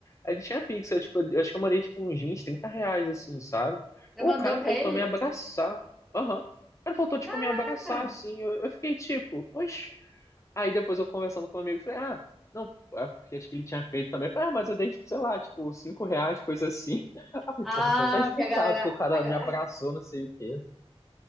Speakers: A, on the left; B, in the centre.
A: Aí ele tinha Pix, eu, tipo, eu acho que eu mandei tipo uns 20, 30 reais, assim, sabe?
B: Você
A: Ou
B: mandou
A: o cara
B: pra
A: faltou
B: ele?
A: me abraçar. Aham. O cara faltou, tipo,
B: Caraca!
A: me abraçar, assim. Eu, eu fiquei tipo, oxe, Aí depois eu conversando com um amigo, falei, ah, não, é porque acho que ele tinha feito também. Eu Falei, ah, mas eu dei, tipo, sei lá, tipo, cinco reais, coisa assim. <laughs> Aí eu falei,
B: Ah,
A: porra, então tá explicado
B: porque a galera.
A: que o cara
B: a ga-
A: me abraçou, não sei o quê.